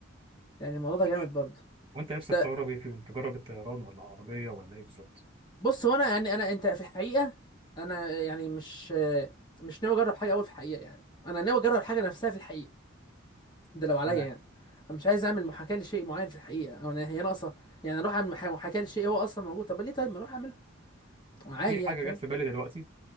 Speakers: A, on the left; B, on the right.
A: يعني الموضوع ده
B: ماشي
A: جامد برضو
B: وانت نفسك
A: ده
B: تجرب ايه فيهم تجرب الطيران ولا عربيه ولا ايه بالظبط
A: بص هو انا يعني انا انت في الحقيقه انا يعني مش مش ناوي اجرب حاجه اول في الحقيقه يعني انا ناوي اجرب حاجه نفسها في الحقيقه ده لو عليا
B: تمام
A: يعني انا مش عايز اعمل محاكاه لشيء معين في الحقيقه او انا هي ناقصه يعني اروح اعمل محا- محاكاه لشيء هو اصلا موجود طب ليه طيب ما اروح اعمله عادي
B: في حاجه
A: يعني فاهم
B: جت في بالي دلوقتي